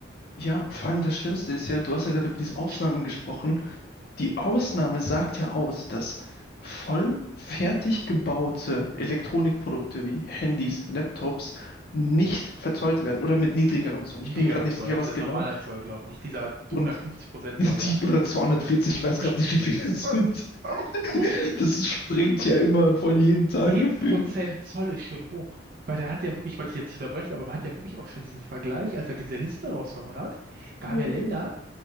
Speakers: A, on the left; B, on the right.
A: Ja, vor allem das Schlimmste ist ja, du hast ja gerade
B: <clears throat>
A: über diese Ausnahmen gesprochen. Die Ausnahme sagt ja aus, dass voll fertig gebaute Elektronikprodukte wie Handys, Laptops nicht verzollt werden oder mit niedrigerem Zoll. Ich
B: Niedrigerem
A: bin mir gerade nicht
B: Zoll,
A: sicher,
B: ja, dieser
A: was genau.
B: normaler Zoll, glaube ich, nicht dieser
A: Und
B: 150%
A: die
B: Zoll, ja.
A: oder 240, ich weiß
B: <laughs>
A: gerade nicht, wie viele es
B: Was?
A: sind. <laughs>
B: Auf hoch?
A: Das springt ja immer von jedem Tag
B: Zehn
A: gefühlt.
B: Prozent Zoll ist schon hoch. Weil der hat ja wirklich, wollte ich jetzt nicht unterbrechen, aber man hat ja wirklich auch schon diesen Vergleich, als er diese Liste rausgehauen hat. Da
A: Ja,
B: haben ja Länder,
A: ja.